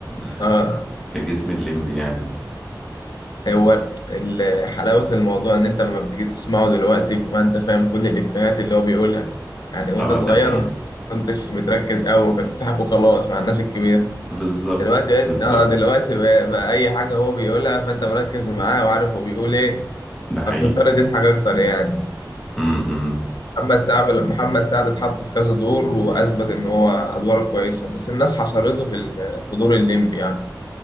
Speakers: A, in the centre; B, on the left.
A: <laughs>
B: آه،
A: في جسم الليمبي يعني
B: هو ال- حلاوة الموضوع ان انت لما بتيجي تسمعه دلوقتي بتبقى انت فاهم كل الافيهات اللي هو بيقولها يعني وانت
A: اه
B: صغير
A: ده حقيقي
B: ما كنتش بتركز قوي كنت بتضحك وخلاص مع الناس الكبيرة
A: بالظبط
B: دلوقتي بقيت
A: بالظبط
B: اه دلوقتي بقى, بقى اي حاجة هو بيقولها فانت مركز معاه وعارف هو بيقول ايه
A: ده حقيقي
B: فبتضطر تضحك اكتر يعني
A: م -م.
B: محمد سعد محمد سعد اتحط في كذا دور واثبت ان هو ادواره كويسة بس الناس حصرته في ال- في دور الليمبي يعني